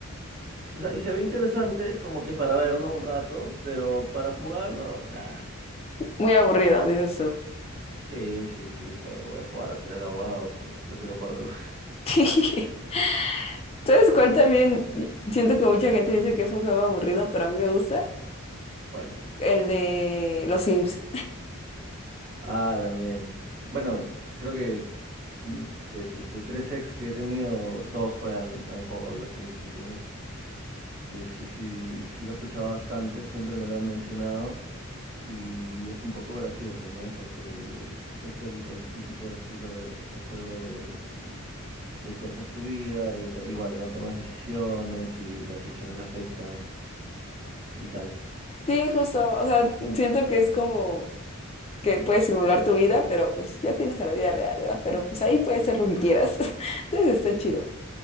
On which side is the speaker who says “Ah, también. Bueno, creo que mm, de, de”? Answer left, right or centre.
Right